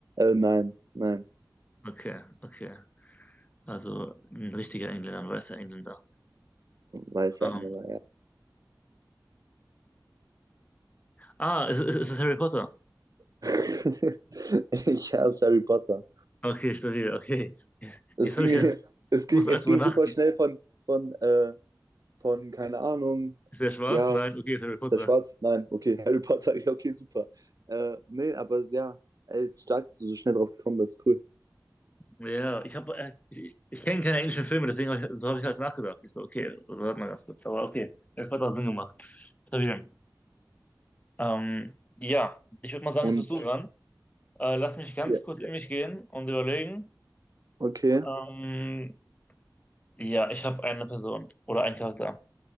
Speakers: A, on the right (about 55°); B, on the left (about 20°).
A: nein, nein.
B: Okay, okay. Also ein richtiger Engländer, ein weißer Engländer.
A: Weiße
B: Ähm,
A: Engländer, ja.
B: ah, ist, ist, ist es Harry Potter?
A: <laughs> ich hasse Harry Potter.
B: Okay, stabil, okay.
A: Es
B: Jetzt
A: ging,
B: habe ich jetzt,
A: es ging,
B: muss alles
A: es
B: drüber
A: ging
B: nachdenken.
A: super schnell von, von, äh, von, keine Ahnung,
B: Ist er schwarz?
A: ja,
B: Nein,
A: ist
B: okay, ist Harry Potter.
A: er schwarz? Nein, okay, Harry Potter, <laughs> ja, okay, super. Äh, nee, aber es- ja, ey, es ist stark, dass du so schnell drauf gekommen bist, cool.
B: Ja, ich habe, äh, ich, ich kenne keine englischen Filme, deswegen hab ich, so habe ich halt nachgedacht. Ich so, okay, warte mal ganz kurz. Aber okay, das hat auch Sinn gemacht. Stabil. Ähm, ja, ich würde mal sagen,
A: Und,
B: jetzt bist du dran. Äh, lass mich ganz
A: ja.
B: kurz in mich gehen und überlegen.
A: okay,
B: Ähm, ja, ich habe eine Person oder einen Charakter.